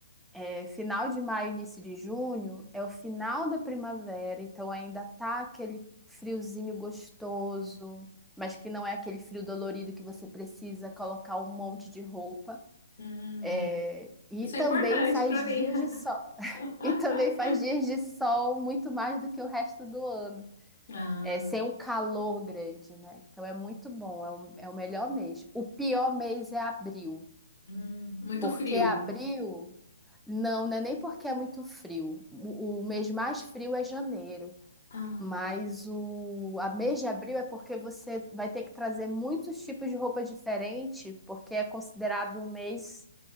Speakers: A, in the centre; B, on the left.
A: É, final de maio, início de junho é o final da primavera, então ainda tá aquele friozinho gostoso, mas que não é aquele frio dolorido que você precisa colocar um monte de roupa.
B: Hum.
A: É, e
B: Isso
A: também
B: é importante
A: faz
B: para mim.
A: dias de sol. <laughs>
B: <laughs>
A: E também faz dias de sol muito mais do que o resto do ano.
B: Ah,
A: É, sem o calor grande, né? Então é muito bom, é o, é o melhor mês. O pior mês é abril.
B: hum, muito
A: Porque
B: frio.
A: abril, não, não é nem porque é muito frio. O, o mês mais frio é janeiro,
B: Ah,
A: mas o a mês de abril é porque você vai ter que trazer muitos tipos de roupa diferente, porque é considerado um mês